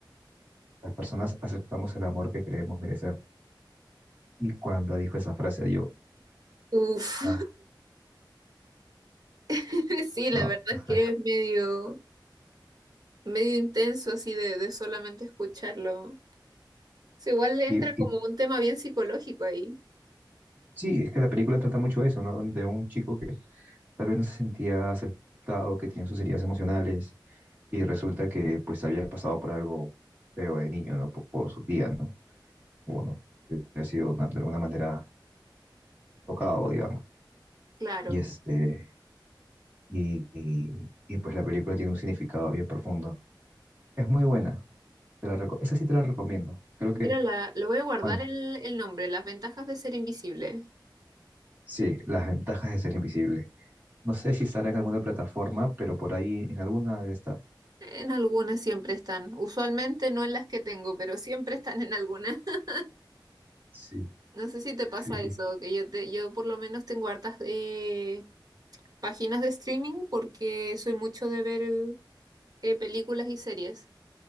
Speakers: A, on the right (about 20°); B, on the right (about 50°).
A: las personas aceptamos el amor que creemos merecer. Y cuando dijo esa frase, yo,
B: Uf,
A: ah,
B: <laughs> sí, la
A: no.
B: verdad
A: <laughs>
B: es que es medio, medio intenso así de, de solamente escucharlo. Sí, igual le
A: Y,
B: entra
A: y
B: como un tema bien psicológico ahí.
A: Sí, es que la película trata mucho eso, ¿no? De un chico que tal vez no se sentía aceptado, que tenía sus heridas emocionales y resulta que pues había pasado por algo feo de niño, ¿no? Por, por su tía, ¿no? Bueno, que ha sido una- de alguna manera tocado, digamos.
B: Claro.
A: Y este, y, y- y, pues la película tiene un significado bien profundo. Es muy buena. Te la reco- esa sí te la recomiendo. Creo que,
B: Mira, la- lo voy a guardar
A: bueno,
B: el, el nombre, las ventajas de ser invisible.
A: sí, las ventajas de ser invisible. No sé si estará en alguna plataforma, pero por ahí en alguna debe estar.
B: En algunas siempre están, usualmente no en las que tengo, pero siempre están en algunas. <laughs>
A: Sí.
B: No sé si te
A: Sí,
B: pasa
A: sí,
B: eso, que yo, te, yo por lo menos tengo hartas eh, páginas de streaming porque soy mucho de ver eh, películas y series.